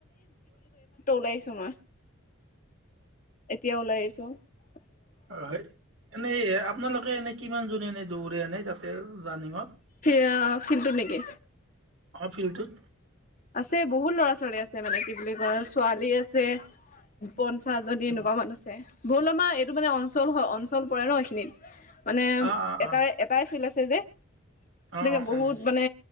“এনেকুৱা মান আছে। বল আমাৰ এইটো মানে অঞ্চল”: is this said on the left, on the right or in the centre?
Left